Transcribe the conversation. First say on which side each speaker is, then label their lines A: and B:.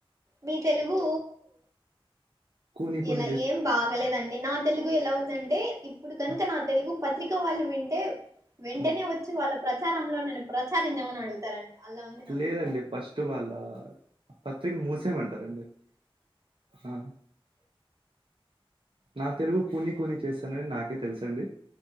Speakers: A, on the right; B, on the right.
A: మీ తెలుగూ
B: కూని కూని
A: ఇలా
B: జస్ట్
A: ఏం బాగలేదండి న తెలుగు ఎలా ఉందంటే ఇప్పుడు కనుక
B: ఆ,
A: నా తెలుగు పత్రిక వాళ్ళు వింటే వెంటనే
B: ఆ.
A: వచ్చి వాళ్ళ ప్రచారంలో నన్ను ప్రచారించామని అడుగుతారండి అలా ఉంది నాకు
B: లేదండి ఫస్ట్ వాళ్ళ పత్రిక మూసేమంటారండి ఆ నా తెలుగు కూనీ కూనీ చేసానని నాకే తెలుసండి